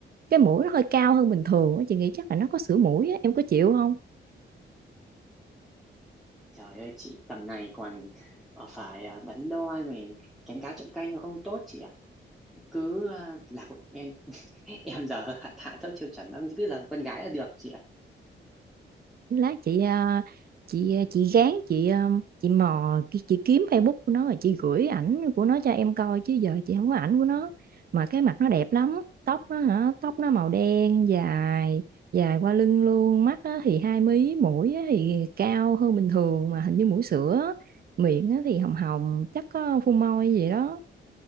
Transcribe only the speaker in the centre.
trời ơi chị tầm này còn ờ, phải ờ, đắn đo rồi kén cá chọn canh rồi không tốt chị ạ cứ ờ, là một em <laughs> em giờ hạ, hạ thấp tiêu chuẩn lắm cứ là con gái là được chị ạ